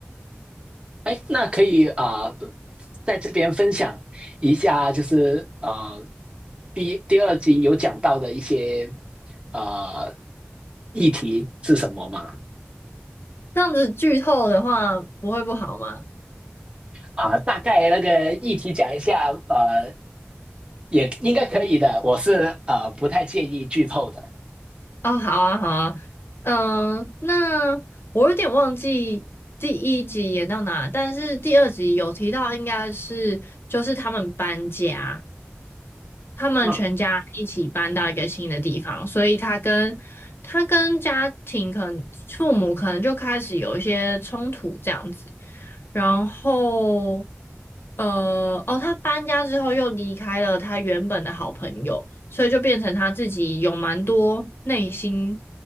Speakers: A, on the right; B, on the left.
A: 哎，那可以啊、呃在这边分享一下，就是呃，第第二集有讲到的一些呃议题是什么吗？
B: 这样子剧透的话，不会不好吗？
A: 啊、大概那个议题讲一下，呃，也应该可以的。我是呃不太介意剧透的。
B: 哦，好啊，好啊，嗯、那我有点忘记第一集演到哪，但是第二集有提到，应该是就是他们搬家，他们全家一起搬到一个新的地方，
A: 嗯
B: 所以他跟他跟家庭可能父母可能就开始有一些冲突这样子。然后，呃，哦，他搬家之后又离开了他原本的好朋友，所以就变成他自己有蛮多内心